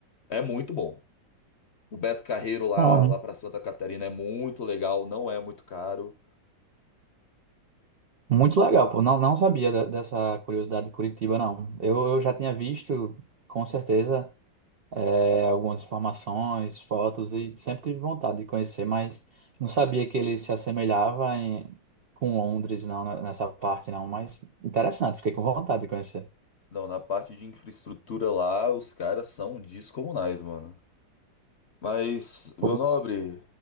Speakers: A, on the left; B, on the right.
A: É muito bom. O Beto Carreiro lá,
B: Ó,
A: lá pra Santa Catarina é muito legal, não é muito caro.
B: Muito legal, pô. Não, não sabia de- dessa curiosidade de Curitiba, não. Eu, eu já tinha visto, com certeza. é, algumas informações, fotos e sempre tive vontade de conhecer, mas não sabia que ele se assemelhava em- com Londres, não, né, nessa parte não, mas interessante, fiquei com vontade de conhecer.
A: Não, na parte de infraestrutura lá, os caras são descomunais, mano. Mas, meu
B: Pô,
A: nobre,